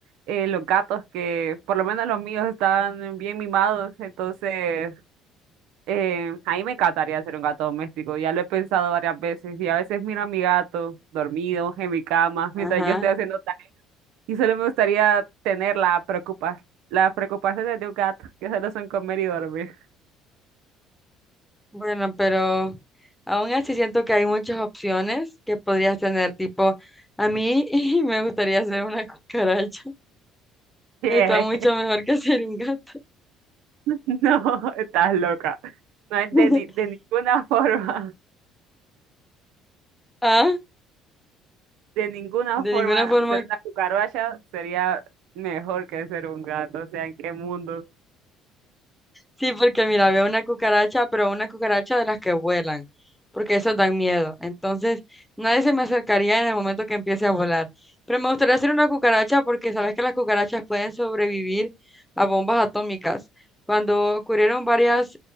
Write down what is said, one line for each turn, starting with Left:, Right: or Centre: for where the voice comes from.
Right: eh, los gatos, que por lo menos los míos están bien mimados, entonces eh, a mí me encantaría ser un gato doméstico. Ya lo he pensado varias veces y a veces miro a mi gato dormido en mi cama
Centre: ajá.
Right: mientras yo estoy haciendo tareas. Y solo me gustaría tener la preocupa las preocupaciones de un gato, que solo son comer y dormir.
Centre: Bueno, pero aún así siento que hay muchas opciones que podrías tener. Tipo, a mí <laughs> me gustaría ser una cucaracha.
Right: <laughs>
Centre: Está mucho mejor que ser un gato.
Right: <laughs> No, estás loca. No es
Centre: <laughs>
Right: de, ni- de ninguna <laughs> forma,
Centre: Ah,
Right: de ninguna
Centre: de
Right: forma
Centre: ninguna forma
Right: ser una cucaracha sería mejor que ser un gato. O sea, ¿en qué mundo?
Centre: Sí, porque mira, veo una cucaracha, pero una cucaracha de las que vuelan, porque esas dan miedo. Entonces, nadie se me acercaría en el momento que empiece a volar. Pero me gustaría hacer una cucaracha porque sabes que las cucarachas pueden sobrevivir a bombas atómicas. Cuando ocurrieron varios